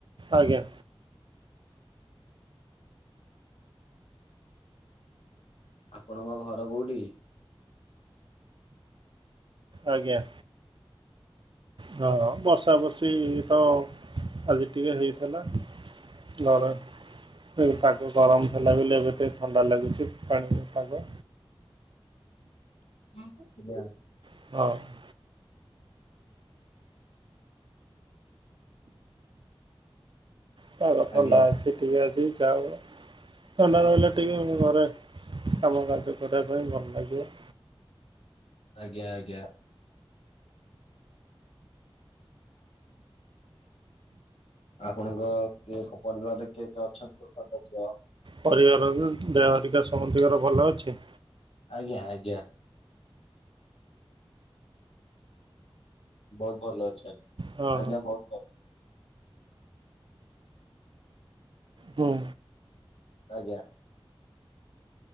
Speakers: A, on the right (about 55°); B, on the left (about 85°).
A: ଆଜ୍ଞା।
B: ଆପଣଙ୍କ ଘର କୋଉଠି?
A: ଆଜ୍ଞା। ହଁ ବର୍ଷା ବର୍ଷି ତ ଆଜି ଟିକେ ହେଇଥିଲା। ନଡ। <unintelligible> ପାଗ ଗରମ ଥିଲା ବୋଲି ଏବେ ଟି ଥଣ୍ଡା ଲାଗୁଛି ପାଣି ପାଗ।
B: <inaudible> ଆଜ୍ଞା।
A: <unintelligible> ପାଗ ଥଣ୍ଡା
B: ଆଜ୍ଞା
A: ଅଛି ଟିକେ ଆଜି ଯାଓ ଥଣ୍ଡା ରହିଲେ ଟିକେ ଘରେ କାମ କାର୍ଯ୍ୟ କରିବା ପାଇଁ ଭଲ ଲାଗିବ।
B: ଆଜ୍ଞା ଆଜ୍ଞା! ଆପଣଙ୍କ କିଏ ପରିବାରରେ କିଏ କିଏ ଅଛନ୍ତି ସଦସ୍ୟ?
A: ପରିବାରରେ ଦେହହରିକା ସମସ୍ତିଙ୍କର ଭଲ ଅଛି?
B: ଆଜ୍ଞା ଆଜ୍ଞା! ବହୁତ୍ ଭଲ ଅଛି। ଆଜ୍ଞା
A: ହଁ
B: ଆଜ୍ଞା ବହୁତ୍
A: ହୁଁ!
B: ଆଜ୍ଞା।